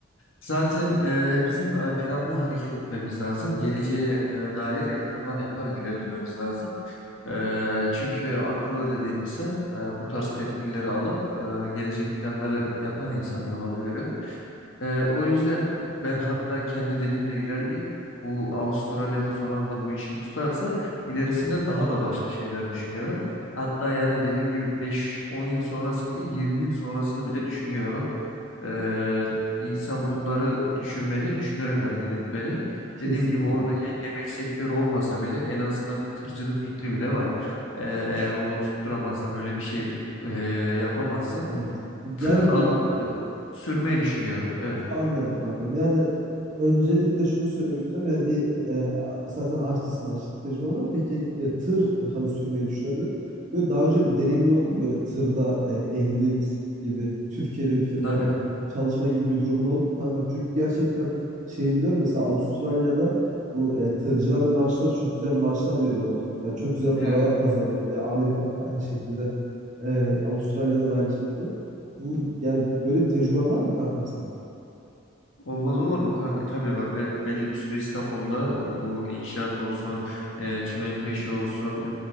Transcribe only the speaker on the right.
Kesinlikle.
Anladım.
Yani
bir,
Anladım kankam. Yani öncelikle şunu söylemek istiyorum. Yani bir e, zaten aşçısın, aşçılık tecrüben var. Peki e, tır e, hani sürmeyi düşünüyorum dedim. Böyle daha önce bir deneyimin oldu mu? Böyle tırda e, ehliyet gibi Türkiye'de bir firmada
çalışma gibi bir durumun oldu mu kankam? Çünkü gerçekten şey biliyorum mesela Avustralya'da bu e, tırcıların maaşları çok güzel maaşlar veriyorlar. Yani çok güzel paralar
kazanıyorlar. Yani Amerika'da aynı şekilde, e, Avustralya'da da aynı şekilde. Bu yani böyle bir tecrüben var mı kankam senin?